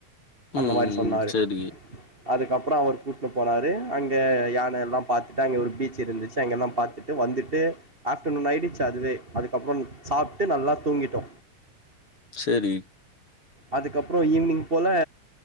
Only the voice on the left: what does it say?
ம்,
ம்,
ம். சரி,
செரி